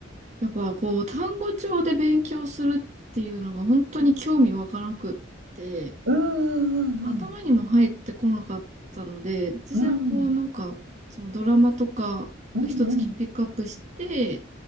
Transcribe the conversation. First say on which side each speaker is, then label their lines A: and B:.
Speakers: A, on the right (about 35°); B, on the right (about 85°).
A: やっぱこう、単語帳で勉強するっていうのが本当に興味わからなくって、
B: うんうん
A: 頭にも入ってこなかったので、私はこうなんか、
B: うんうん。
A: そのドラマとか一つピックアップして、
B: うん。うんうん。